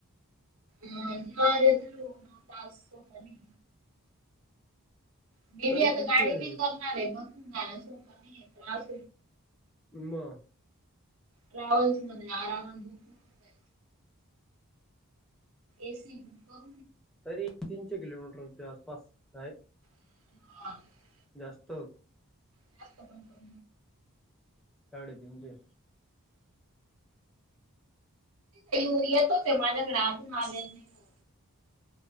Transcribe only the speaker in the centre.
तरी
तीनशे
मग
तरी तीनशे किलोमीटरच्या आसपास आहे
जास्त
साडेतीीनशे